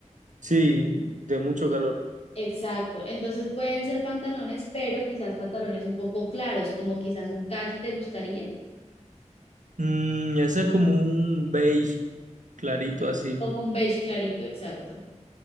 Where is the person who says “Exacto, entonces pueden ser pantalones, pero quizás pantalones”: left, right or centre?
Left